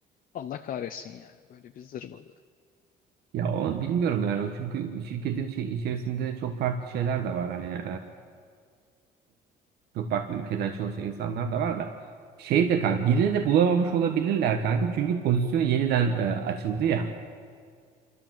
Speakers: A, on the left; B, on the right.
A: Allah kahretsin yani böyle bir zırvalığı.
B: Ya o bilmiyorum yani o çünkü şirketin şey içerisinde çok farklı şeyler de var hani Çok farklı ülkeden çalışan insanlar da var da. Şey de kanka birini de bulamamış olabilirler kanka. Çünkü pozisyon yeniden e, açıldı ya.